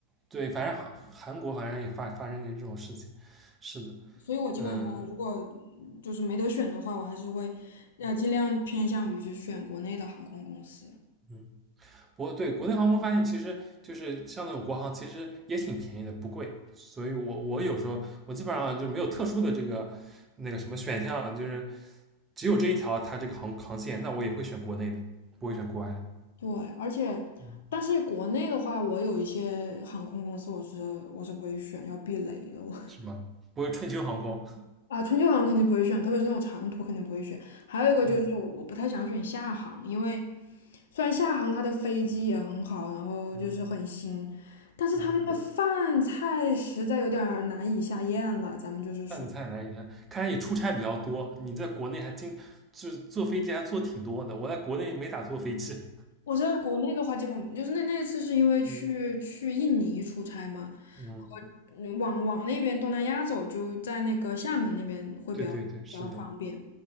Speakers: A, on the right; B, on the left.
A: 对，反正韩韩国好像也发发生点这种事情，是的，
B: 所以我基本上如果
A: 嗯
B: 就是没得选的话，我还是会要尽量偏向于就是选国内的航空公司。
A: 嗯，不过对国内航空发现，其实就是像那种国航，其实也挺便宜的，不贵。所以我我有时候我基本上就是没有特殊的这个那个什么选项，就是只有这一条它这个航航线，那我也会选国内的，不会选国外的，
B: 对，而且但是国内的话，
A: 嗯
B: 我有一些航空公司我是我是不会选，要避雷的我。
A: 是吗？不会春秋航空。
B: 啊，春秋航肯定不会选，特别是那种长途肯定不会选。还有一个就是我我不太想选厦航，
A: 嗯
B: 因为虽然厦航它的飞机也很好，然后就是很新，
A: 嗯
B: 但是他们的饭菜实在有点儿难以下咽了。
A: 嗯，
B: 咱们就是说。
A: 饭菜难一下，看来你出差比较多，你在国内还经就是坐飞机还坐挺多的，我在国内没咋坐飞机。
B: 我在国内的话，基本就是那那次是因为去去印尼出差嘛，
A: 嗯嗯，
B: 然后往往那边东南亚走，就在那个厦门那边会比较比较方便，
A: 对对对，是的，